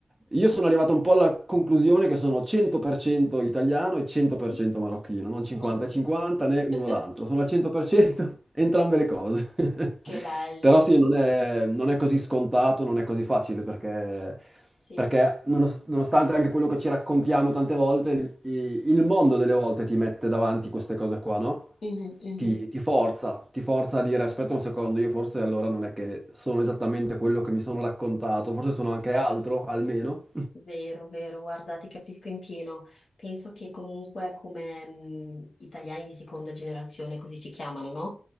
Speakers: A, on the right; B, on the left.
A: Io sono arrivato un po' alla conclusione che sono 100% italiano e 100%
B: mhm.
A: marocchino, non 50-50
B: Oh.
A: né
B: <laughs>
A: uno l'altro, sono al 100% <laughs> entrambe le cose. <laughs>
B: Che bello,
A: Però sì, non è, non è così scontato, non è così facile perché,
B: sì.
A: perché nonos- nonostante anche quello che ci raccontiamo tante volte, il, il mondo delle volte ti mette davanti queste cose qua, no?
B: Mhm, mhm.
A: ti, ti forza, ti forza a dire aspetta un secondo, io forse allora non è che sono esattamente quello che mi sono raccontato, forse sono anche altro, almeno.
B: Vero, vero, guarda, ti capisco in pieno. Penso che comunque come mh, italiani di seconda generazione, così ci chiamano, no?